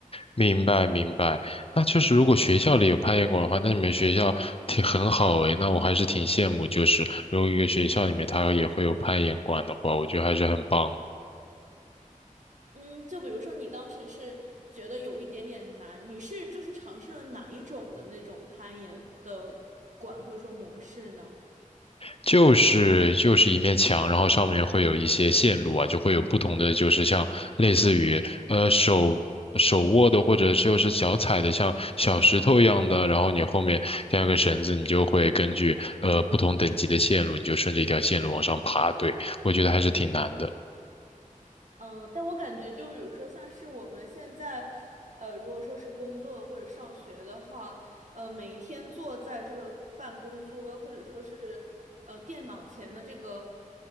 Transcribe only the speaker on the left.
明白明白。那确实，如果学校里有攀岩馆的话，那你们学校挺很好诶。那我还是挺羡慕，就是如果一个学校里面它也会有攀岩馆的话，我觉得还是很棒。
就是就是一面墙，然后上面会有一些线路啊，就会有不同的，就是像类似于呃手手握的或者就是脚踩的像小石头一样的，然后你后面带个绳子，你就会根据呃不同等级的线路，你就顺着一条线路往上爬。对，我觉得还是挺难的。